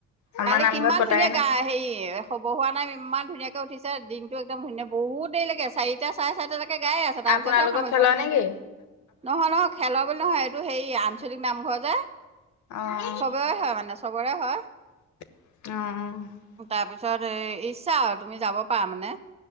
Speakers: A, on the left; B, on the right.
A: আমাৰ
B: কালি
A: নামঘৰত
B: কিমান
A: পতাই
B: ধুনীয়া
A: নাই।
B: গা হে খবৰ হোৱা নাই ইমান ধুনীয়াকে উঠিছে দিনতটো একদম ধুনীয়া বহুত দেৰিলৈকে চাৰিটা চাৰে চাৰিটা গাইে আছ তাৰপিছতহে
A: আপোনালোকৰ
B: সামৰিছো
A: খেলৰ নেকি?
B: নহয় নহয় খেলৰ বুলি নহয় এইটো হেৰি আঞ্চলিক নামঘৰ <unintelligible>
A: অ', অ',
B: চবৰে হয় মানে চবৰে হয়।
A: অ'।
B: তাৰপিছত ইচ্ছা আৰু তুমি যাব পাৰা মানে